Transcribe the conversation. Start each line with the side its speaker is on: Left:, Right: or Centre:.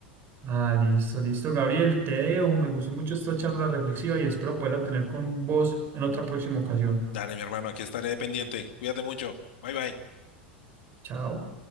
Right: Ah, listo, listo, Gabriel, te dejo. Me gustó mucho esta charla reflexiva y espero poderla tener con vos en otra próxima ocasión.
Left: Dale, mi hermano, aquí estaré pendiente. Cuídate mucho. Bye bye.
Right: Chao.